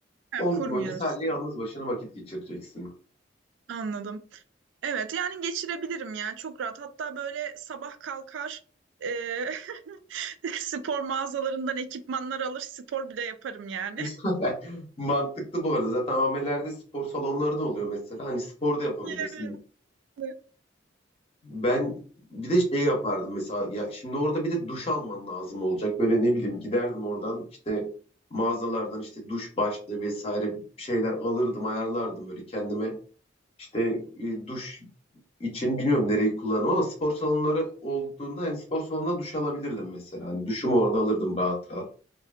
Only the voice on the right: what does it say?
Yani
kurmuyoruz.
Tamam, Anladım. Evet yani geçirebilirim ya çok rahat. Hatta böyle sabah kalkar e, <laughs> spor mağazalarından ekipmanlar alır spor bile yaparım yani.
<laughs> Yani